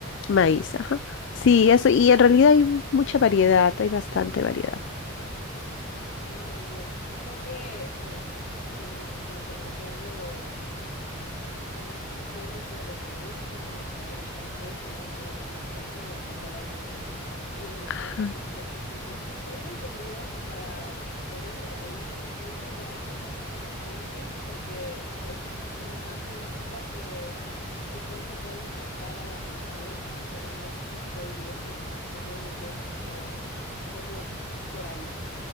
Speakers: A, on the left (about 55°); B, on the left (about 40°).
A: Maíz, ajá. Sí, eso, y en realidad hay mucha variedad, hay bastante variedad.
B: Suena muy bien. Creo que em, por, por conocer lo, lo más icónico de Perú, sí me gustaría entonces más ir en una fecha a la que pueda yo ir
A: Ajá.
B: al Machu
A: <laughs>
B: Machu Picchu. Tengo entendido que para poder ir ahí incluso ya hay que hacer reservaciones porque es una zona tan turística que de pronto puede impactar a la naturaleza, pero no sé si estoy bien o so- simplemente he escuchado eso por ahí.